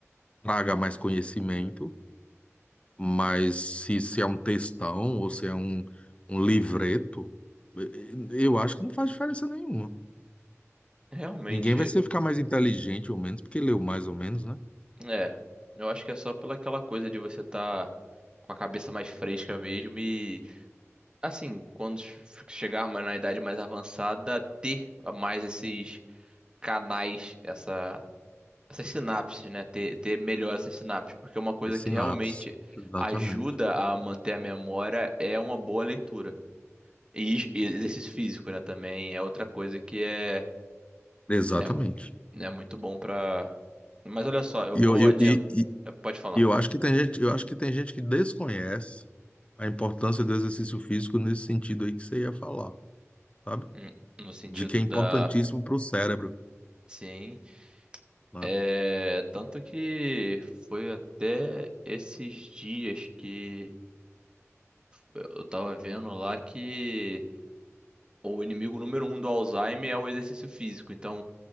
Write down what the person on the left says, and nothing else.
Traga mais conhecimento, mas se, se é um textão ou se é um, um livreto, eu eu acho que não faz diferença nenhuma.
Ninguém vai ser ficar mais inteligente ou menos, porque leu mais ou menos, né?
É sinapse.
Exatamente.
Exatamente.
E
eu, eu,
e, e-
e eu acho que tem gente, eu acho que tem gente que desconhece a importância do exercício físico nesse sentido aí que você ia falar, sabe?
De que é importantíssimo
para o cérebro,
né?